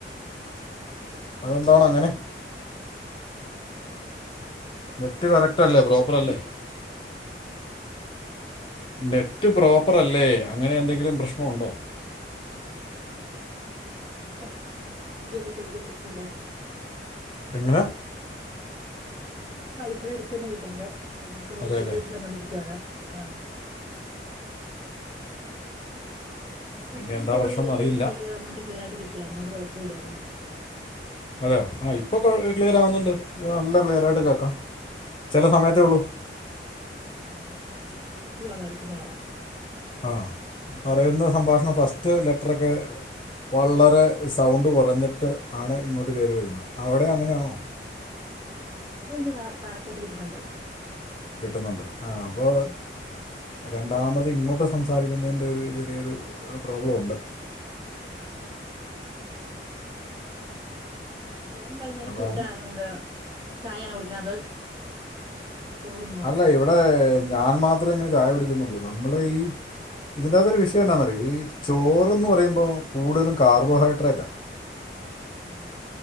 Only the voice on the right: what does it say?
ഉം
ഇവിടെ കേൾക്കാണല്ലോ
<unintelligible>
ഞാൻ വൈഫെ അടുത്തെന്നെ ഇരിക്ക്ണത്. ഏഹ് ന്നെ പിള്ളേര്
ടിവി
വെച്ച് കണ്ടോണ്ടിരിക്കുവാണ്. ആഹ് കൊറച്ചുമ്പ്
കോൾ
ചെയ്തിട്ട്
എനിക്ക് നന്നായിട്ട് ക്ലിയറായിട്ട് കിട്ടിയായിരുന്നു ഒരു കൊഴപ്പോല്ലായിരുന്നു
ആഹ്
ആഹ് എന്തേ ഒരു ഇഷ്യൂ ആണായിരിക്കും വേറെ
ആഹ് ഇവിടെ <unintelligible> കറക്റ്റായിട്ട് കിട്ടുന്നുണ്ട്
ഉം
ഉം ഉം എല്ലാരും വൈകുന്നേരം
ഫുഡാണോ
എന്ത് ചായയാണൊ കുടിക്കെണ് അതോ ഇല്ല ചോറുണ്
ആഹ്